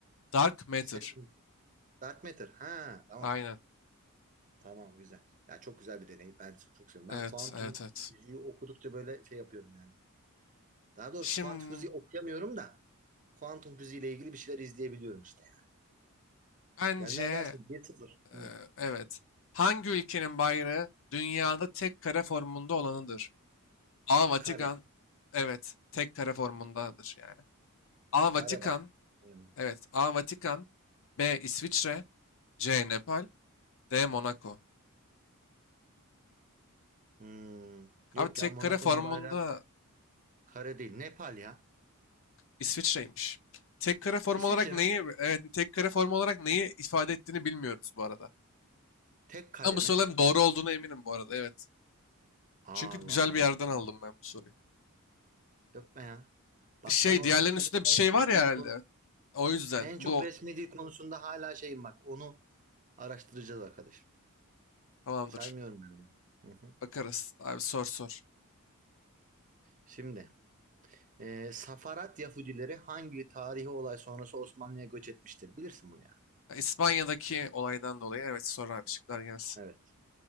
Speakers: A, on the left; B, on the right.
A: Dark Matter.
B: Seven- Dark Matter. Ha, tamam.
A: Aynen.
B: Tamam güzel. Ya çok güzel bir deney. Ben çok seviyorum.
A: Evet,
B: Ben kuantum
A: evet, evet.
B: fiziği okudukça böyle şey yapıyorum yani. Daha doğrusu
A: Şimdi
B: kuantum fiziği okuyamıyorum da kuantum fiziği ile ilgili bir şeyler izleyebiliyorum işte yani.
A: bence
B: Gönder gelsin bir 0
A: e,
B: Hı.
A: evet. Hangi ülkenin bayrağı dünyada tek kare formunda olanıdır? A. Vatikan.
B: Kare.
A: Evet, tek kare formundadır yani. A. Vatikan.
B: Kare bayrağı. Hmm.
A: Evet, A. Vatikan. B. İsviçre. C. Nepal. D. Monaco.
B: Hmm. Yok
A: Abi tek
B: ya Monaco'nun
A: kare formunda
B: bayrağı kare değil. Nepal ya.
A: İsviçre'ymiş. Tek kare form
B: İsviçre
A: olarak neyi,
B: mi?
A: evet, tek kare form olarak neyi ifade ettiğini bilmiyoruz bu arada.
B: Tek kare
A: Ama bu
B: mi?
A: soruların doğru olduğuna eminim bu arada. Evet. Çünkü
B: Allah
A: güzel
B: Allah.
A: bir yerden aldım ben bu soruyu.
B: Yok be ya. Bak
A: Şey
B: ben o
A: diğerlerinin üstünde bir şey
B: en çok
A: var ya
B: dil
A: herhalde.
B: konu
A: O yüzden
B: en
A: bu
B: çok resmi dil konusunda hala şeyim bak. Onu araştıracağız arkadaş.
A: tamamdır.
B: Saymıyorum ben onu. Hı hı.
A: Bakarız. Abi sor sor.
B: Şimdi Ee, Safarat Yahudileri hangi tarihi olay sonrası Osmanlı'ya göç etmiştir? Bilirsin bunu ya.
A: Ya İspanya'daki olaydan dolayı evet sor abi şıklar gelsin.
B: Yani. Evet.